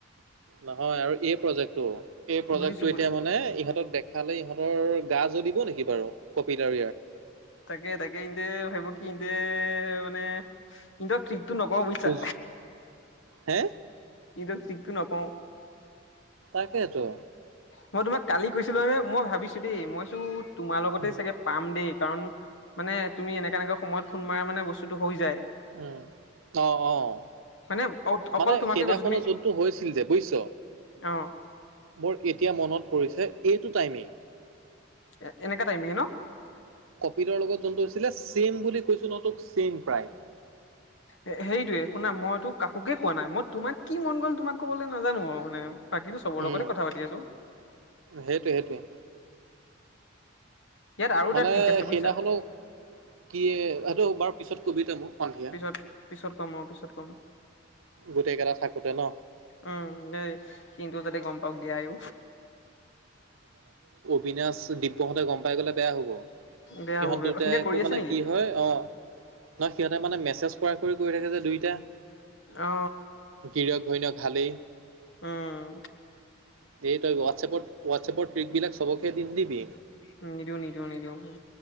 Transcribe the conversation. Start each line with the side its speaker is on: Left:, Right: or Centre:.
Right: নহয় আৰু এই প্ৰজেক্ট টো, সেই প্ৰজেক্টটো
Left: বুজিছো বু
Right: এতিয়া মানে ইহঁতক দেখালে ইহঁতৰ গা জ্বলিব নেকি বাৰু, কপিদাৰ
Left: তাকে-তাকে ইহঁতে ভাৱিব কি সিহঁতে মানে, কিন্তু ট্ৰিকটো নকওঁ বুজিছা।
Right: খোজ হে?
Left: কিন্তু ট্ৰিকটো নকওঁ।
Right: তাকেতো
Left: মই তোমাক কালি কৈছিলো নে, মই ভাবিছোঁ দেই, মই ভাবিছোঁ তোমাৰ লগতে
Right: উম
Left: চাগে পাম দেই কাৰণ, মানে তুমি এনেকা-এনেকা সময়ত ফোন মাৰা মানে বস্তুটো হৈ যায়।
Right: উম, অ', অ'।
Left: মানে অ অকল
Right: মানে
Left: তোমাকে
Right: সেইদিনাখনো
Left: কৈছো তুমি
Right: যোনটো হৈছিল যে, বুজিছ?
Left: অ
Right: মোৰ এত এতিয়া মনত পৰিছে, এইটো টাইমেই
Left: এ-এনেকা টাইমেই ন?
Right: কপিলৰ লগত যোনটো হৈছিলে, ছে'ম বুলি কৈছো নহয় তোক, ছেম প্ৰায়।
Left: এ হেৰিটোয়েই, শুনা মইতো কাকোকে কোৱা নাই, মই তোমাক কি মন গ'ল তোমাক ক'বলৈ নাজানো আৰু মানে বাকীটো চবৰ
Right: উম
Left: লগতে কথা পাতি আছো।
Right: সেইটোৱে সেইটোৱে
Left: ইয়াত আৰু এটা
Right: মানে
Left: ট্ৰিক আছে
Right: সেইদিনাখনো,
Left: বুইছা।
Right: কি, সেইটো বাৰু পিছত কবি তই মোক সন্ধিয়া
Left: পিছত-পিছত কম অ', পিছত কম অ'
Right: গোটেইকেইটা থাকোতে ন
Left: উম দেই, সিহঁতেও যাতে গম পাওঁক দিয়া আইঔ
Right: বিনাশ, দিব্যহঁতে গম পাই গ'লে বেয়া হ'ব।
Left: বেয়া
Right: সিহঁত
Left: হ'ব বেয়া
Right: দুটাই
Left: সিহঁতে
Right: আকৌ
Left: কৰি আছে
Right: মানে
Left: নেকি
Right: কি হয়, অ' নহয়, সিহঁতে মানে মেছেজ কৰা-কৰি কৰি থাকে যে দুইটাই
Left: অ
Right: গিৰীয়েক ঘৈণীয়েক হালেই
Left: উম
Right: এই তই হোৱাটছএপত-হোৱাটছএপৰ ট্ৰিক বিলাক চবকে দি নিদিবি।
Left: উম, নিদিওঁ-নিদিওঁ-নিদিওঁ।